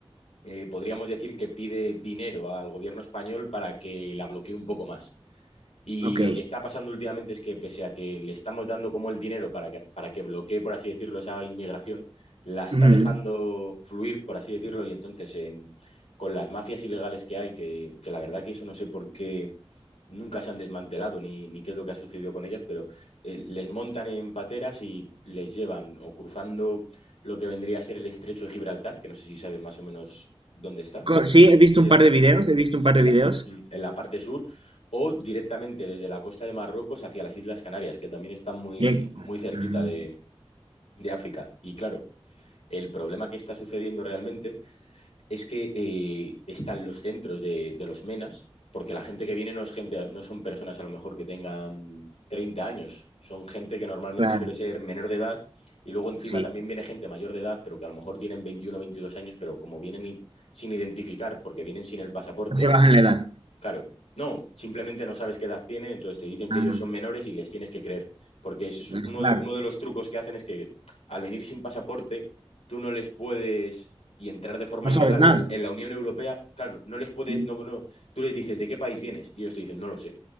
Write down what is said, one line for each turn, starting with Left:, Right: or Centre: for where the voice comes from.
Left: eh, podríamos decir que pide dinero al gobierno español para que la bloquee un poco más. Y
Right: ok.
Left: lo que está pasando últimamente es que pese a que le estamos dando como el dinero para que, para que bloquee, por así decirlo, esa inmigración, la está
Right: Ujú.
Left: dejando fluir, por así decirlo, y entonces en, con las mafias ilegales que hay, que, que, la verdad que eso no sé por qué nunca se han desmantelado ni, ni qué es lo que ha sucedido con ellas, pero eh, les montan en pateras y les llevan o cruzando lo que vendría a ser el estrecho de Gibraltar, que no sé si sabes más o menos dónde está.
Right: Co- Sí, he visto
Left: Sí,
Right: un par de videos, he visto un par
Left: en
Right: de
Left: la,
Right: videos.
Left: en la parte sur, o directamente desde la costa de Marruecos hacia las Islas Canarias, que también están muy,
Right: Bien.
Left: muy cerquita
Right: Mm,
Left: de, de África. Y claro, el problema que está sucediendo realmente es que eh, están los centros de, de, los MENAS, porque la gente que viene no es gente, no son personas a lo mejor que tengan 30 años, son gente que normalmente
Right: claro,
Left: suele ser menor de edad y luego encima
Right: sí.
Left: también viene gente mayor de edad, pero que a lo mejor tienen 21 o 22 años, pero como vienen i- sin identificar porque vienen sin el pasaporte,
Right: Se bajan la edad.
Left: Claro, no, simplemente no sabes qué edad tienen, entonces te dicen que
Right: Ah,
Left: ellos son menores y les tienes que creer, porque ese es
Right: ah,
Left: uno
Right: claro.
Left: de, uno de los trucos que hacen es que al venir sin pasaporte, tú no les puedes y entrar de forma
Right: No
Left: ilegal
Right: sabes nada.
Left: en, en la Unión Europea, claro, no no les puede,
Right: Mm.
Left: no, no, tú les dices, ¿de qué país vienes? Y ellos te dicen, no lo sé.